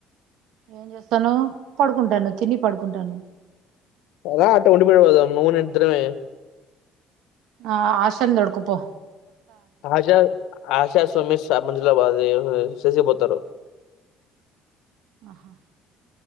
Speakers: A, on the right (about 75°); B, on the left (about 80°).
A: ఏం చేస్తాను పడుకుంటాను తిని పడుకుంటాను
B: అదా అట్ట కొంట మీద పోదాం నువు నేను ఇద్దరమే
A: ఆ ఆశ నీ తోడుకొనిపో
B: ఆశ ఆశా సుమిష్ స మజలా బ చేసిపోతారు
A: ఆహా